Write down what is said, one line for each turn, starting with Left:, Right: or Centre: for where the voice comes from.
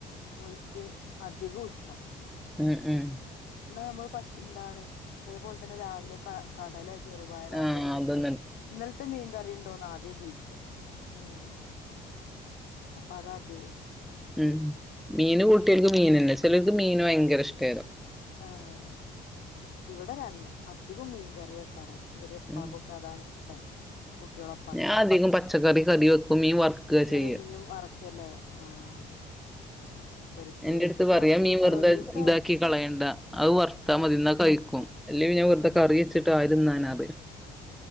Left: ഓൽക്ക് അധികും ഇഷ്ടാ.
Centre: ഉം ഉം
Left: ഇന്നാ നമ്മൾ പച്ച് എന്താണ് ഇതേപോൽതന്നെ രാവിലെ ക കടലേ ചെറുപയറോ
Centre: ആ,
Left: എന്തെലും വെച്ചാല്
Centre: അതൊന്നുണ്ട്
Left: ഇന്നൽത്തെ മീൻ കറിണ്ടോന്നാ ആ ദ്യം ചോയിക്കാ. ഉം അപ്പ അതാ അധികൂഷ്ടം.
Centre: ഉം മീൻ കൂട്യോൽക്ക് മീനന്നെ. ചെലോർക്ക് മീന് ഭയങ്കര ഇഷ്ടേരും.
Left: ആഹ് ഇവടെ രൺ അധികും മീൻകറിയേക്കാരം. ഇവരെ ഇപ്പാക്കൊക്കെ
Centre: ഉം
Left: അതാണ് ഇഷ്ടം. കുട്ട്യേള ഇപ്പാക്ക്.
Centre: ഞാൻ അധികം പച്ചക്കറി കറി വെക്കും മീൻ വറുക്കുക
Left: ഇങ്ങട്
Centre: ചെയ്യുക
Left: മീൻ വറക്കല്ലേ ആഹ് ഇവർക്ക്
Centre: എന്റെടുത്ത് പറയാ
Left: രണ്ടീസം
Centre: ആ മീൻ വെറുതെ
Left: ഒരീസം
Centre: ഇതാക്കി കളയണ്ട അത് വർത്താ
Left: ഉം
Centre: മതി ഇന്നാ കഴിക്കും. അല്ലേ പിന്നെ വെറുതെ
Left: ഉം
Centre: കറിവെച്ചിട്ടാര് തിന്നാനാ പറയും.